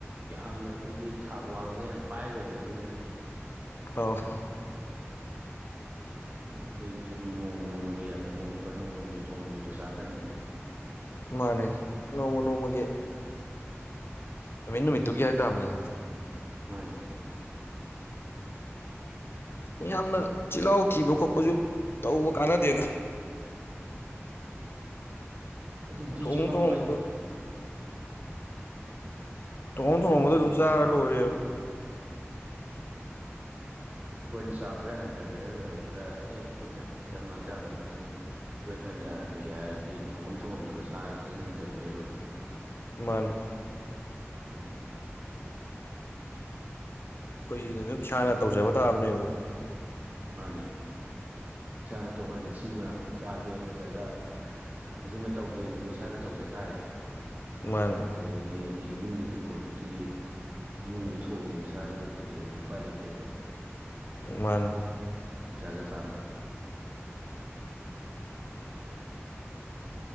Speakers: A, on the right; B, on the left.
A: ꯌꯥꯝꯅ ꯑꯩꯈꯣꯏꯒꯤ ꯊꯥꯛ ꯋꯥꯡꯉꯒ ꯌꯥꯝ ꯄꯥꯏꯒ꯭ꯔꯗꯤ ꯈꯪꯗ꯭ꯔꯦ
B: <unintelligible>
A: ꯑꯗꯣ ꯑꯩꯈꯣꯏꯒꯤꯗꯤ ꯑꯗꯨꯝ ꯅꯣꯡꯃ ꯅꯣꯡꯃꯒꯤ ꯊꯣꯉꯛꯄ ꯅꯣꯡ ꯅꯣꯡꯃꯒꯤ ꯊꯣꯉꯝꯃꯤꯗꯣ ꯆꯥꯊꯕꯅꯤꯅ ꯑꯗꯨꯝ
B: ꯃꯥꯅꯦ ꯅꯣꯡꯃ ꯅꯣꯡꯃꯒꯤ ꯅꯨꯃꯤꯠ ꯅꯨꯃꯤꯠꯇꯨꯒꯤ ꯍꯥꯏꯇꯕꯅꯤꯅ
A: ꯃꯥꯅꯦ
B: ꯎ ꯌꯥꯝꯅ ꯆꯤꯜꯍꯥꯎ ꯊꯤꯕ ꯈꯣꯠꯄꯁꯨ ꯇꯧꯕ ꯀꯥꯟꯅꯗꯦꯅ
A: ꯑꯗꯨ
B: ꯊꯣꯡꯉ
A: ꯆꯤꯍꯥꯎ
B: ꯊꯣꯡꯉꯝꯕꯗꯣ
A: ꯀꯥꯏ
B: ꯊꯣꯡꯉꯝ ꯊꯣꯡꯉꯝꯕꯗꯣ
A: ꯃꯥꯅꯦ ꯆꯨꯝꯃꯤ
B: ꯑꯗꯨꯝ ꯆꯥꯔ ꯂꯣꯏꯔꯦꯕ
A: <unintelligible> ꯑꯩꯈꯣꯏꯅ ꯆꯥꯡ ꯈꯔ ꯍꯟꯊꯕꯤꯔ ꯂꯣꯏꯔꯦ ꯈꯔ ꯑꯦ ꯑꯩꯈꯣꯏꯅ ꯈꯤꯇꯪ ꯍꯛꯆꯥꯡꯁꯦ ꯈꯤꯇꯪ ꯋꯦꯠ ꯍꯟꯊꯍꯟꯒꯦ ꯍꯥꯏꯔꯗꯤ ꯊꯣꯉꯝ ꯊꯣꯡꯉꯝꯕꯗꯣ ꯆꯥꯔꯒ ꯈꯤꯇꯪ ꯍꯟꯊꯕꯤꯔ ꯂꯣꯏꯔ
B: ꯃꯥꯅꯦ
A: <unintelligible> ꯂꯩꯇꯦ
B: <unintelligible> ꯑꯗꯨꯝ ꯏꯁꯥꯅ ꯇꯧꯖꯕ ꯇꯥꯕꯅꯦꯕ
A: ꯃꯥꯅꯤ ꯏꯁꯥꯅ ꯇꯣꯉꯥꯟꯅ ꯁꯤꯃ ꯆꯥꯒꯦ ꯅꯠꯇ꯭ꯔꯒ ꯁꯤꯃ ꯇꯧꯒꯦ ꯑꯗꯨꯗꯤ ꯏꯁꯥꯅ ꯇꯧꯖ ꯇꯥꯔꯦ
B: ꯃꯥꯅꯦ
A: ꯑꯗꯨꯗꯒꯤ ꯑꯗꯤ ꯏꯃꯨꯡꯒꯤꯗꯤ ꯄꯣꯠꯇꯨꯗꯤ ꯏꯃꯨꯡꯗ ꯊꯣꯡꯉꯤꯕ ꯆꯥꯔꯤꯕꯗꯨꯗꯤ ꯎꯄꯥꯏ ꯂꯩꯇꯦꯕ
B: ꯃꯥꯅꯦ
A: ꯆꯖꯥ ꯇꯕꯅꯦ ꯍ